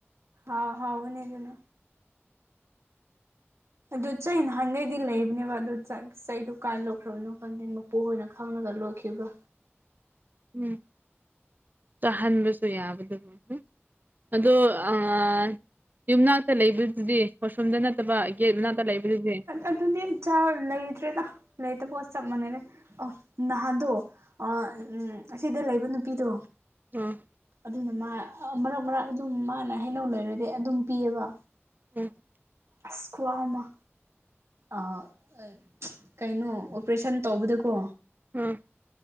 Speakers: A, on the right; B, on the right.
A: ꯍ ꯍꯥꯎꯕꯅꯦ ꯑꯗꯨꯅ ꯑꯗꯨ ꯆꯩ ꯅꯍꯥꯟꯒꯩꯗꯤ ꯂꯩꯕꯅꯦꯕ ꯑꯗꯨ ꯆ ꯆꯩꯗꯨ ꯀꯥꯏ ꯂꯣꯏꯈ꯭ꯔꯕꯅꯣ ꯈꯟꯗꯦ ꯃꯄꯨ ꯍꯣꯏꯅ ꯈꯪꯉꯒ ꯂꯣꯏꯈꯤꯕ꯭ꯔꯥ
B: ꯎꯝ ꯆꯥꯍꯟꯕꯁꯨ ꯌꯥꯕꯗꯨꯕꯨ ꯑꯗꯣ ꯑꯥ ꯌꯨꯝꯅꯥꯛꯇ ꯂꯩꯕꯗꯨꯗꯤ ꯋꯥꯁꯔꯨꯝꯗ ꯅꯠꯇꯕ ꯒꯦꯠ ꯃꯅꯥꯛꯇ ꯂꯩꯕꯗꯨꯗꯤ
A: ꯑꯗꯨꯗꯤꯆꯥ ꯂꯩꯇ꯭ꯔꯦꯗ ꯂꯩꯇꯕꯒ ꯆꯞ ꯃꯥꯟꯅꯔꯦ ꯑ ꯅꯍꯥꯟꯗꯣ ꯑ ꯎꯝ ꯑꯁꯤꯗ ꯂꯩꯕ ꯅꯨꯄꯤꯗꯣ
B: ꯎꯝ
A: ꯑꯗꯨꯅ ꯃꯥ ꯃꯔꯛ ꯃꯔꯛ ꯑꯗꯨꯝ ꯃꯥꯅ ꯍꯩꯅꯧ ꯂꯩꯔꯗꯤ ꯑꯗꯨꯝ ꯄꯤꯌꯦꯕ
B: ꯎꯝ
A: ꯑꯁ ꯈꯨꯍꯥꯎꯃ ꯑꯥ ꯀꯩꯅꯣ ꯑꯣꯄꯔꯦꯁꯟ ꯇꯧꯕꯗꯀꯣ
B: ꯎꯝ